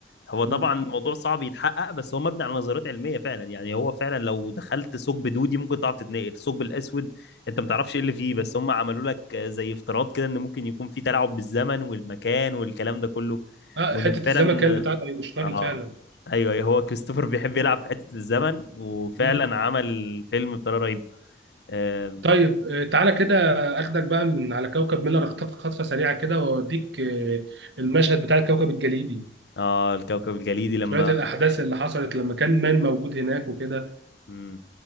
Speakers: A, on the left; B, on the right.
A: هو طبعا
B: مم.
A: الموضوع صعب يتحقق بس هو مبني على نظريات علميه فعلا يعني هو فعلا لو دخلت ثقب دودي ممكن تعرف تتنقل الثقب الاسود انت ما تعرفش ايه اللي فيه
B: مم.
A: بس هم عملوا لك زي افتراض كده ان ممكن يكون في تلاعب بالزمن والمكان والكلام ده كله
B: اه
A: وان
B: حته
A: فعلا
B: الزمكان بتاعت اينشتاين
A: اه
B: فعلا
A: ايوه ايوه هو كريستوفر بيحب يلعب في حته الزمن وفعلا
B: مم.
A: عمل الفيلم بطريقه رهيبه آه,
B: طيب آه، تعالى كده اخدك بقى من على كوكب ميلر اخطفك خطفه سريعه كده واوديك آه، المشهد بتاع الكوكب الجليدي
A: اه الكوكب الجليدي لما
B: شوية الأحداث اللي حصلت لما كان مان موجود هناك وكده
A: امم